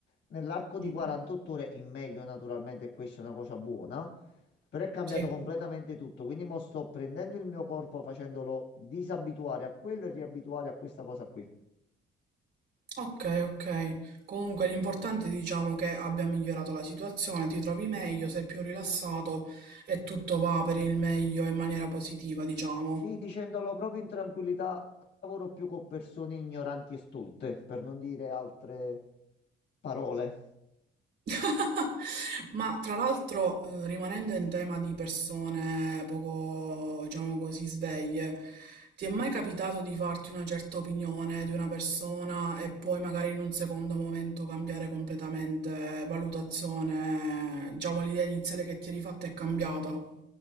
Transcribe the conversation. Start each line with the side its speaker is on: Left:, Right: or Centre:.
Left: Nell'arco di
Right: Mm,
Left: 48 ore, in meglio naturalmente, questa è una cosa buona, però è cambiato
Right: sì,
Left: completamente tutto. Quindi mo sto prendendo il mio corpo, facendolo disabituare a quello e riabituare a questa cosa qui.
Right: ok, ok. Comunque l'importante è diciamo che abbia migliorato la situazione, ti trovi meglio, sei più rilassato e tutto va per il meglio in maniera positiva, diciamo.
Left: Sì, dicendolo proprio in tranquillità, non lavoro più con persone ignoranti e stolte, per non dire altre parole.
Right: <laughs> Ma tra l'altro, eh, rimanendo in tema di persone poco, diciamo così, sveglie, ti è mai capitato di farti una certa opinione di una persona e poi magari in un secondo momento cambiare completamente valutazione, diciamo l'idea iniziale che ti eri fatta è cambiata?